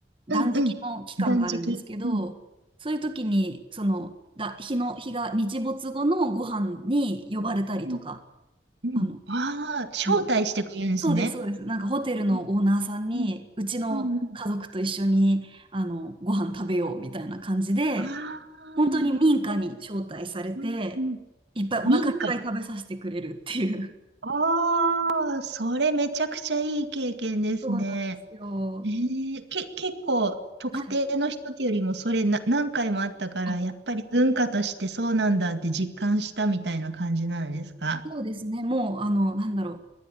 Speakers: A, on the right; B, on the right.
A: 断食の期間があるんですけど、
B: うん、うん、断食。うん、
A: そういう時に、その、だ、日の、日が日没後のご飯に呼ばれたりとか、
B: うんうん。
A: あの、
B: ああ、招待してくれるんですね。
A: なんだろう。そうです、そうです。なんかホテルのオーナーさんに、
B: うん、うん、
A: うちの家族と一緒に、
B: うん。うん
A: あの、ご飯食べようみたいな感じで、
B: あ
A: 本当に民家に招待されて、
B: あ、なるほど。うん、うん。
A: いっぱいお腹いっぱい食べさせてくれるっていう。
B: 民家。ああ、それめちゃくちゃいい経験ですね。
A: <laughs> そうなんですよ。
B: ええけ、結構特定の人ってよりもそれな、
A: はい。
B: 何回もあったから、
A: あ、
B: やっぱり文化としてそうなんだって実感したみたいな感じなんですか
A: そうですね。もう、あの、なんだろ